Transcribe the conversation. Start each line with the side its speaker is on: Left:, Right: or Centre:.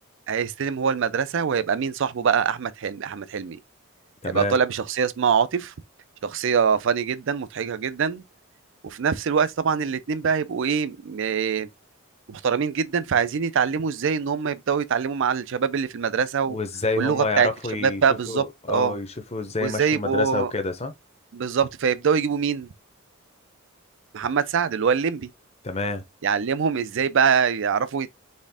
Right: هيستلم هو المدرسه وهيبقى مين صاحبه بقى احمد حلمي احمد حلمي
Left: تمام
Right: هيبقى طالع بشخصيه اسمها عاطف شخصيه فاني جدا مضحكه جدا وفي نفس الوقت طبعا الاتنين بقى هيبقوا ايه م- آه، محترمين جدا فعايزين يتعلموا ازاي ان هم يبداوا يتعلموا مع الشباب اللي في المدرسه
Left: وازاي
Right: و- واللغه
Left: هما
Right: بتاعت
Left: يعرفوا
Right: الشباب
Left: يشوفوا
Right: بقى بالظبط
Left: اه
Right: اه
Left: يشوفوا ازاي
Right: وازاي
Left: مشوا
Right: يبقوا
Left: المدرسه وكده صح
Right: بالظبط فيبداوا يجيبوا مين محمد سعد اللي هو الليمبي
Left: تمام
Right: يعلمهم ازاي بقى يعرفوا يت...